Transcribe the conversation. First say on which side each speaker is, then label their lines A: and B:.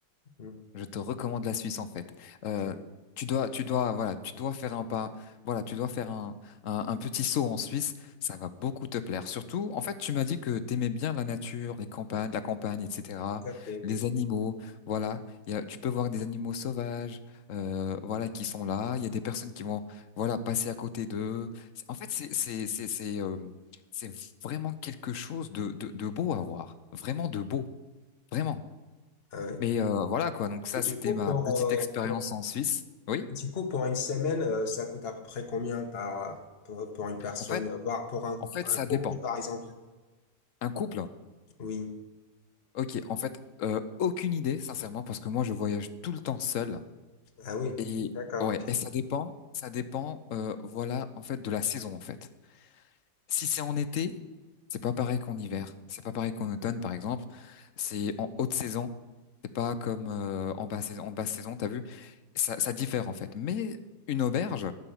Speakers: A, on the left (about 40°); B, on the left (about 60°).
A: Mm.
B: Je te recommande la Suisse en fait. Euh,
A: oui.
B: tu dois, tu dois, voilà, tu dois faire un pas, voilà, tu dois faire un, un, un petit saut en Suisse. Ça va beaucoup te plaire. Surtout, en fait, tu m'as dit que t'aimais bien la nature, les campagnes, la campagne, etc.
A: Tout à fait,
B: Les
A: oui.
B: animaux, voilà. Il y a- tu peux voir des animaux sauvages, euh, voilà, qui sont là. Il y a des personnes qui vont, voilà, passer à côté d'eux. C'est- En fait, c'est, c'est, c'est, c'est, euh, c'est vraiment quelque chose de, de, de beau à voir, vraiment de beau. Vraiment.
A: Euh,
B: Mais euh, voilà quoi. Donc ça,
A: et du
B: c'était
A: coup,
B: ma
A: pour,
B: petite
A: euh,
B: expérience
A: pour-
B: en Suisse. Oui.
A: du coup, pour une semaine, euh, ça coûte à peu près combien par, euh, pour, pour une personne,
B: En fait,
A: voire pour un,
B: en fait,
A: un
B: ça
A: couple,
B: dépend.
A: par exemple?
B: Un couple.
A: Oui.
B: Ok. En fait, euh, aucune idée, sincèrement, parce que moi, je voyage tout le temps seul.
A: Ah oui,
B: Et
A: d'accord,
B: ouais.
A: ok.
B: Et ça dépend. Ça dépend. euh, voilà. En fait, de la saison. En fait. Si c'est en été, c'est pas pareil qu'en hiver. C'est pas pareil qu'en automne, par exemple. C'est en haute saison. C'est pas comme euh, en basse saison. En basse saison, t'as vu, ça, ça diffère en fait. Mais une auberge,